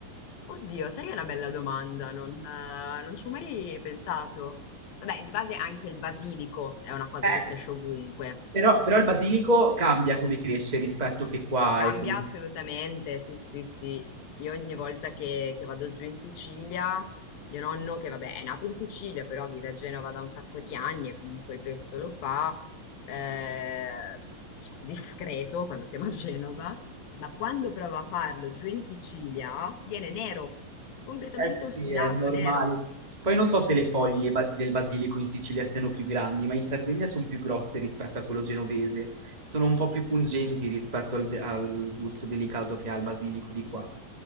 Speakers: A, on the left (about 85°); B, on the right (about 15°).
A: Oddio, sai che è una bella domanda, non, eh, non ci ho mai pensato. Vabbè, di base anche il basilico è una cosa
B: Eh,
A: che cresce ovunque.
B: però, però il basilico cambia come cresce rispetto che qua
A: Cambia
B: e come...
A: assolutamente, sì, sì, sì. Io ogni volta che, che vado giù in Sicilia, mio nonno, che vabbè è nato in Sicilia, però vive a Genova da un sacco di anni e comunque il pesto lo fa, eh, diciamo, discreto quando siamo a Genova, ma quando prova a farlo giù in Sicilia viene nero, completamente
B: Eh sì,
A: ossidato,
B: è normale.
A: nero.
B: Poi non so se le foglie ba- del basilico in Sicilia siano più grandi, ma in Sardegna sono più grosse rispetto a quello genovese. Sono un po' più pungenti rispetto al, de- al gusto delicato che ha il basilico di qua.